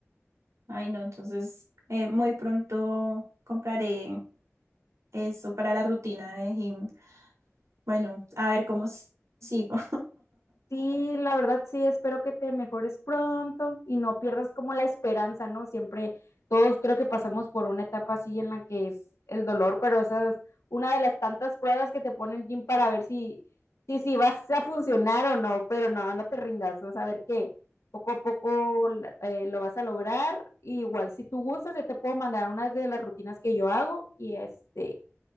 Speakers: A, on the right; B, on the left.
A: Ay, no, entonces eh, muy pronto compraré eso para la rutina de gym. Bueno, a ver cómo s- sigo.
B: Sí, la verdad sí, espero que te mejores pronto y no pierdas como la esperanza, ¿no? Siempre todos creo que pasamos por una etapa así en la que es el dolor, pero esa es una de las tantas pruebas que te pone el gym para ver si, si, si vas a funcionar o no, pero no, no te rindas, vas a ver que poco a poco eh, lo vas a lograr. Igual, si tú gustas, yo te puedo mandar una de las rutinas que yo hago y este,